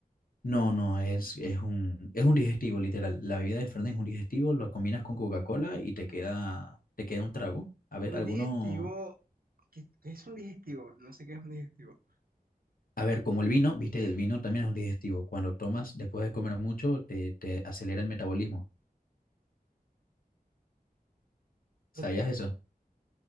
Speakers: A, on the left; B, on the right.
A: No, no, es, es un, es un digestivo, literal. La bebida de Fernet es un digestivo, lo combinas con Coca-Cola y te queda, te queda un trago. A ver,
B: Un
A: alguno,
B: digestivo. ¿Qué, qué es un digestivo? No sé qué es un digestivo.
A: a ver, como el vino, viste, el vino también es un digestivo. Cuando tomas después de comer mucho, te, te acelera el metabolismo.
B: Porque
A: ¿Sabías eso?